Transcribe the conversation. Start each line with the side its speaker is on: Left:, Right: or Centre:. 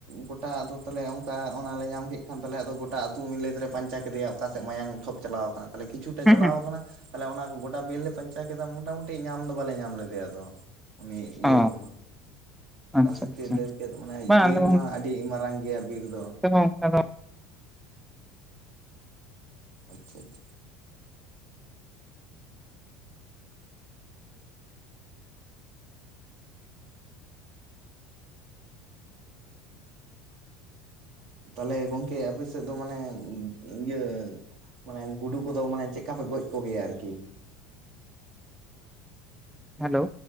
Right: ᱜᱚᱴᱟ ᱟᱫᱚ ᱛᱟᱦᱞᱮ ᱚᱱᱠᱟ ᱚᱱᱟᱞᱮ ᱧᱟᱢ ᱠᱮᱫ ᱠᱷᱟᱱ ᱛᱟᱦᱞᱮ ᱟᱫᱚ ᱜᱚ ᱴᱟ ᱟᱹᱛᱩ ᱧᱤᱫᱟᱹ ᱛᱮᱞᱮ ᱯᱟᱧᱪᱟᱣ ᱠᱮᱫᱮᱭᱟ ᱚᱠᱟᱥᱮᱫ ᱢᱟᱭᱟᱝ ᱴᱷᱯ ᱪᱟᱞᱟᱣ ᱠᱟᱱᱟ ᱛᱟᱦᱞᱮ ᱠᱤᱪᱷᱩᱴᱟ
Centre: ᱦᱮᱸ
Right: ᱪᱟᱞᱟᱣ
Centre: ᱦᱮᱸ
Right: ᱠᱟᱱᱟ ᱛᱟᱦᱞᱮ ᱚᱱᱟ ᱠᱚ ᱜᱚᱴᱟ ᱵᱤᱨ ᱞᱮ ᱯᱟᱧᱪᱟ ᱠᱮᱫᱟ ᱢᱚᱴᱟᱢᱩᱴᱤ ᱧᱟᱢ ᱫᱚ ᱵᱟᱞᱮ ᱧᱟᱢ ᱞᱮᱫᱮᱭᱟ ᱟᱫᱚ ᱩᱱᱤ ᱤᱭᱟᱹ
Centre: ᱚ
Right: ᱫᱚ ᱚᱠᱟ
Centre: ᱟᱪᱪᱷᱟ
Right: ᱥᱮᱫ
Centre: ᱟᱪᱪᱷᱟ
Right: ᱪᱚᱭ ᱫᱟᱹᱲ ᱪᱮᱫ ᱢᱟᱱᱮ
Centre: ᱵᱟᱝ
Right: ᱵᱤᱨ
Centre: ᱟᱫᱚ ᱚᱱᱛᱮ
Right: ᱢᱟ ᱟᱹᱰᱤ ᱢᱟᱨᱟᱝ ᱜᱮᱭᱟ ᱵᱤᱨ ᱫᱚ᱾
Centre: <unintelligible>
Right: ᱟᱪᱪᱷᱟ ᱟᱪᱪᱷᱟ ᱛᱟᱞᱦᱮ ᱜᱚᱝᱠᱮ ᱟᱯᱮᱥᱮᱫ ᱫᱚ ᱢᱟᱱᱮ ᱤᱜᱟᱹ ᱢᱟᱱᱮ ᱜᱩᱰᱩ ᱠᱚᱫᱚ ᱢᱟᱱᱮ ᱪᱮᱜ ᱠᱟ ᱯᱮ ᱜᱚᱡ ᱠᱚᱜᱮᱭᱟ ᱟᱨᱠᱤ?
Centre: ᱦᱮᱞᱳ